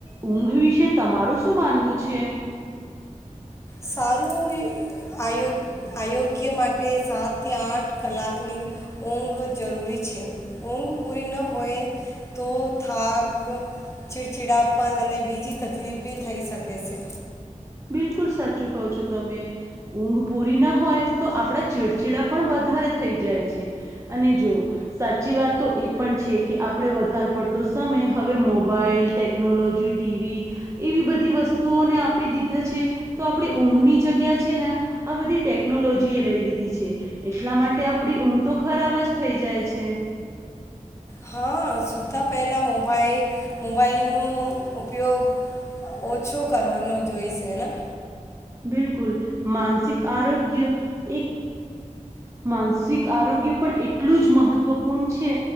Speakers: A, on the right; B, on the left.
A: ઊંઘ વિશે તમારું શું માનવું છે?
B: સારું આયોગ આયોગ્ય માટે સાતથી આઠ કલાકની ઊંઘ જરૂરી છે. ઊંઘ પૂરી ન હોય, તો થાક, ચિડચિડા પણ અને બીજી તકલીફ બી થઈ શકે છે.
A: બિલકુલ, સાચું કહો છો તમે. ઊંઘ પૂરી ના હોય, તો આપડા ચીડચીડા પણ વધારે થઈ જાય છે. અને જો સાચી વાત, તો એ પણ છે કે આપડે વધારે પડતો સમય હવે મોબાઈલ, ટેકનોલોજી, ટી વી એવી બધી વસ્તુઓને આપડી દી દ છે તો આપડી ઊંઘની જગ્યા છે ને, આ બધી ટેકનોલોજી એ લઈ લીધી છે. એટલા માટે આપડી ઊંઘ તો ખરાબ જ થઈ જાય છે.
B: હા, સૂતાં પહેલાં મોબાઈલ, મોબાઈલનો ઉપયોગ ઓછો કરવાનો જોઈશે ના.
A: બિલકુલ, માનસિક આરોગ્ય એક માનસિક આરોગ્ય પણ એટલું જ મહત્વપૂર્ણ છે,